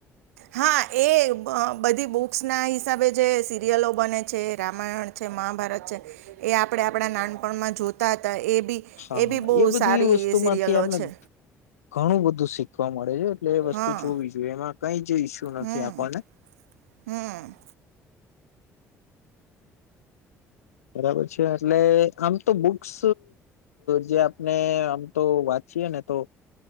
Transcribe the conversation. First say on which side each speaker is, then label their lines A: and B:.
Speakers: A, on the right; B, on the left.
A: હા, એ બધી બુક્સ ના હિસાબે જે સિરિયલો બને છે રામાયણ છે. મહાભારત છે એ આપણે આપણા નાનપણમાં જોતા એ બી
B: હા
A: એ
B: હા
A: બી બહુ
B: બધી
A: સારી
B: વસ્તુ
A: એ સિરિયલો
B: માંથી આપને
A: છે,
B: ઘણું બધું શીખવા મળે છે, એટલે એ વસ્તુ
A: હા
B: જોવી જોઈએ એમાં કઈ જ ઈશુ નથી,
A: હમ
B: આપણને
A: હમ
B: બરાબર છે એટલે આમ તો બુક્સ જે આપને આમ તો વાંચીએે ને તો